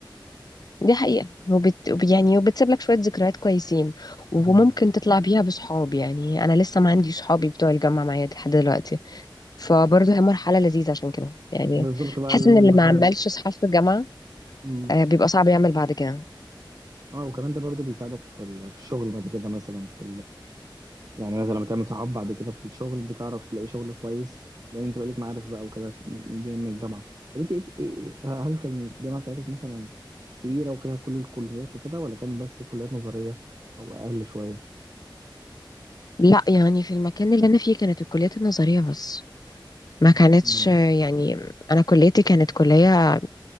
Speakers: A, on the left (about 50°); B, on the right (about 45°).
A: دي حقيقة وبت... يعني وبتسيب لك شوية ذكريات كويسين وممكن
B: مم.
A: تطلع بيها بصحاب يعني أنا لسه ما عندي صحابي بتوع الجامعة معايا لحد دلوقتي فبرضه هي مرحلة لذيذة عشان كده يعني
B: بالظبط بقى
A: بحس
B: المرحلة
A: إن اللي ما عملش
B: ال-
A: صحاب في الجامعة
B: مم.
A: آه، بيبقى صعب يعمل بعد كده
B: اه وكمان ده برضو بيساعدك في ال- في الشغل بعد كده مثلا في يعني مثلا لما تعمل صحاب بعد كده في الشغل بتعرف تلاقي شغل كويس لان انت بقالك معارف بقى وكده جاي من الجامعه طب انت إيه إيه- إيه، هل كان الجامعه بتاعتك مثلا كبيره وفيها كل الكليات وكده ولا كان بس كليات نظريه او اقل شويه
A: لا يعني في المكان اللي انا فيه كانت الكليات النظريه بس ما كانتش
B: مم.
A: آه، يعني انا كليتي كانت كليه